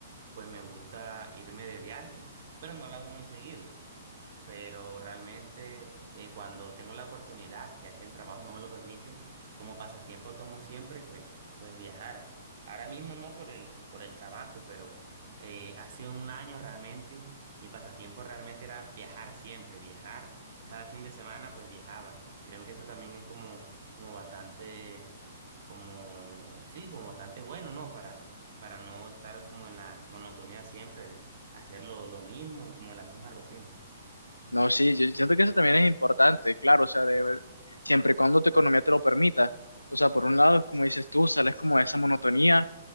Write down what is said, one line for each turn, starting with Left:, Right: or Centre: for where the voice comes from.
Right: pues me gusta irme de viaje, pero no lo hago muy seguido pero realmente eh, cuando tengo la oportunidad, ya que el trabajo no me lo permite, como pasatiempo tomo siempre, pues, pues viajar. Ahora mismo no por el, por el trabajo, pero eh, hace un año realmente mi pasatiempo realmente era viajar siempre, viajar. Cada fin de semana pues viajaba. Creo que eso también es como, como bastante, como, sí, como bastante bueno, ¿no? Para, para no estar como en la monotonía siempre de hacer lo lo mismo y como la misma rutina.
Left: No, sí, yo siento que eso también es importante, claro, o sea, de, siempre y cuando tu economía te lo permita. O sea, por un lado, como dices tú, sales como de esa monotonía,